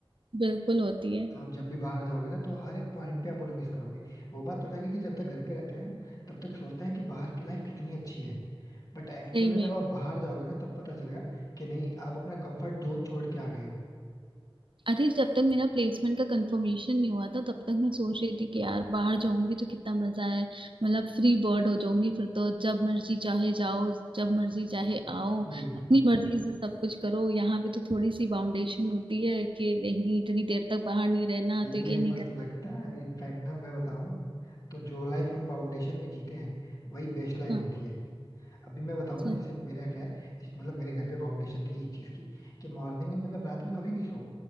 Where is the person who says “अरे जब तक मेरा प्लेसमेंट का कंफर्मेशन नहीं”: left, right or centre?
Right